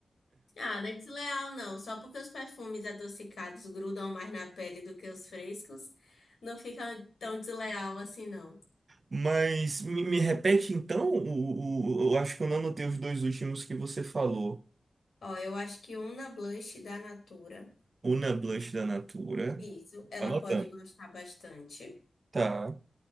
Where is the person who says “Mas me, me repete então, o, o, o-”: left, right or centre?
Right